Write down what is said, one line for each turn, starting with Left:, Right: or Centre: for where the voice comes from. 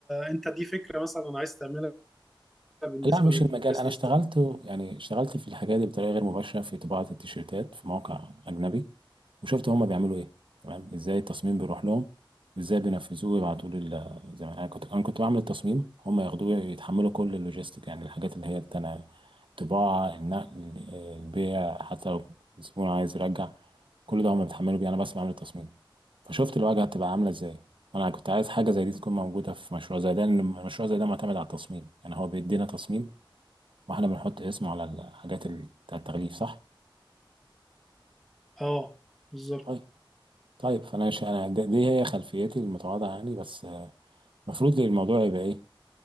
Centre: انت دي فكرة مثلا عايز تعملها بالنسبة
Right: لا مش
Centre: للبيزنس
Right: المجال انا اشتغلت
Centre: ده
Right: يعني اشتغلت في الحاجات دي بطريقه غير مباشره في طباعه التيشيرتات في موقع اجنبي وشفت هما بيعملوا ايه تمام ازاي التصميم بيروح لهم وازاي بينفذوه ويبعتوا لي ال- زي ما انا كنت انا كنت بعمل التصميم هما ياخدوه يتحملوا كل اللوجيستيك يعني الحاجات اللي هي بتاع الطباعه النقل البيع حتى لو الزبون عايز يرجع كل ده هما بيتحملوا بيه انا بس بعمل التصميم فشفت الواجهه بتبقى عامله ازاي انا كنت عايز حاجه زي دي تكون موجوده في مشروع زي ده لان المشروع زي ده معتمد على التصميم يعني هو بيدينا تصميم واحنا بنحط اسمه على الحاجات ال- بتاع التغليف صح
Centre: اه بالظبط
Right: طيب طيب فانا ش... انا دي دي هي خلفيتي المتواضعه يعني بس آه، المفروض الموضوع يبقى ايه